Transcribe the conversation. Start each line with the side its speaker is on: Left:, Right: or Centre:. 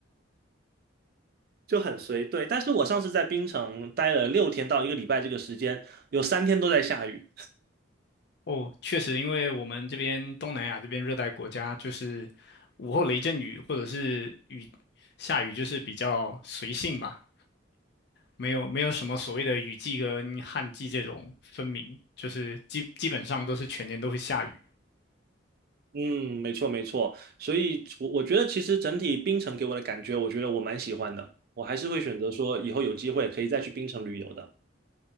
Right: 就很随对。但是我上次在槟城待了六天到一个礼拜这个时间，有三天都在下雨。
Left: 哦，确实，因为我们这边东南亚这边热带国家，就是午后雷阵雨或者是雨下雨，就是比较随性吧。没有没有什么所谓的雨季跟旱季这种分明，就是基基本上都是全年都会下雨。
Right: 嗯，没错没错。所以我，我觉得其实整体槟城给我的感觉，我觉得我蛮喜欢的。我还是会选择说以后有机会可以再去槟城旅游的。